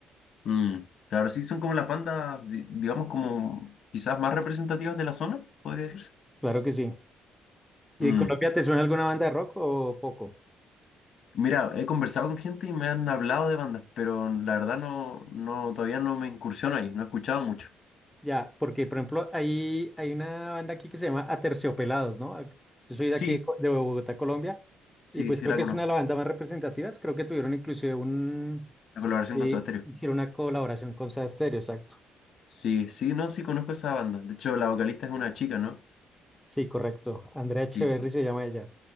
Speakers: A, on the left; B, in the centre.
A: Mm, Claro, sí, son como las bandas, di- digamos, como quizás más representativas de la zona, podría decirse.
B: Claro que sí. ¿Y
A: Mm,
B: de Colombia te suena alguna banda de rock o poco?
A: Mira, he conversado con gente y me han hablado de bandas, pero la verdad no, no, todavía no me incursiono ahí, no he escuchado mucho.
B: Ya, porque por ejemplo, hay, hay una banda aquí que se llama Aterciopelados, ¿no? Ac- Yo soy de
A: Sí,
B: aquí, de Co- de Bogotá, Colombia,
A: Sí,
B: y pues
A: sí
B: creo
A: la
B: que
A: conozco.
B: es una de las bandas más representativas. Creo que tuvieron inclusive un,
A: La colaboración
B: eh,
A: con Soda Stereo.
B: hicieron una colaboración con Soda Stereo, exacto.
A: Sí, sí, no, sí conozco esa banda. De hecho, la vocalista es una chica, ¿no?
B: Sí, correcto. Andrea Echeverry
A: Sí,
B: se llama ella.